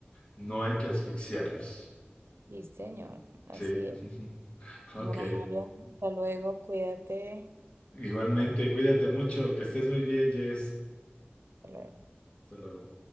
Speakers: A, on the left; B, on the right.
A: no hay que asfixiarlos.
B: Sí, señor, así
A: Sí, <laughs>
B: es. Bueno,
A: ok.
B: Mario, hasta luego, cuídate.
A: Igualmente, cuídate mucho, que estés muy bien, Jess.
B: Hasta luego.
A: Hasta luego.